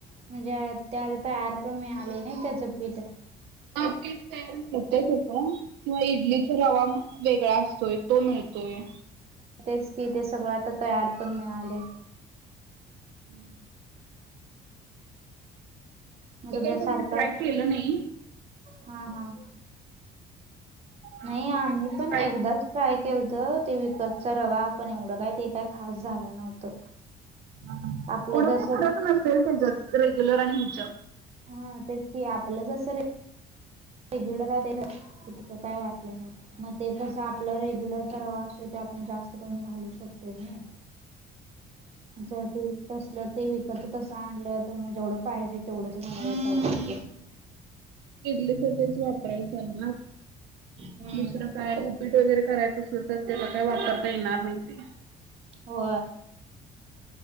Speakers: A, on the right; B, on the right.
A: म्हणजे त्या तयार पण मिळालय नाही त्याचं पीठ.
B: हो पीठ तयार मिळतंय त्याचं. किंवा इडलीचा रवा वेगळा असतोय तो मिळतोय.
A: तेच की ते सगळं आता तयार पण मिळालय.
B: हम्म
A: मग
B: हे
A: तुमच्या
B: कायं सगळे
A: सारखं
B: ट्राय केलं नाही.
A: हा हा
B: हा
A: नाही
B: ते
A: आम्ही
B: काही कधी
A: पण
B: ट्राय
A: एकदाच ट्राय केलतं ते विकतचा रवा पण एवढं काय ते काय खास झालं नव्हतं.
B: एवढा
A: आपलं जसं
B: काय फरक नसतोयच त्याच्यात रेग्युलर आणि हेच्यात
A: हा तेच की आपलं जसं रे रेग्युलर अस तकं काय वाटलं नाही मग ते कसं आपलं रेग्युलर परवा असतोय ते आपण जास्त कमी घालू शकतोय ना चालतयं तसलं ते विकत तसं आणलं तर मग जेवढं पाहिजे तेवढंच घालायला पाहिजेत
B: इडलीसाठीच वापरायच असल ना,
A: हम्म.
B: दुसरं काय उपीट वगैरे करायचं असल तर त्याला काय वापरता येणार नाही ते
A: हो